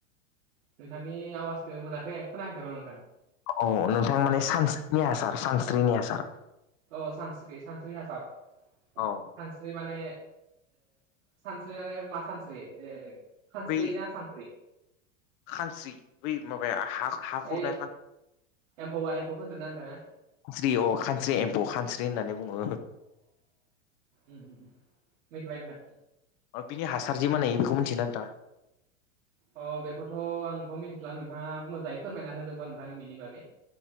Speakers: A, on the right; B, on the left.
A: नोंथांनि आवाजखौ मोजांहै खोनायाखै र' नोंथां
B: औ नोंथां
A: हेल'
B: माने सानस्रिनि हासार सानस्रिनि हासार
A: औ सानस्रि सानस्रि हासार
B: औ
A: सानस्रि माने सानस्रि माने मा सानस्रि खानस्रि
B: बै
A: ना हानस्रि
B: खानस्रि बै माबाया हा हा खुरनाय
A: ओइ एम्फौआ एम्फौखौ होनदों ना नोंथाङा
B: खानस्रि अ खानस्रि एम्फौ खानस्रि होननानै बुङो
A: उ मिथिबाय नोंथां
B: अ बिनि हासार जे बानायो बेखौ मिथियोना नोंथाङा
A: अ बेखौथ' आंथ' मिथिला नोंथाङा मोजाङै फोरमायना होदो होनबा नोंथां बेनि बागै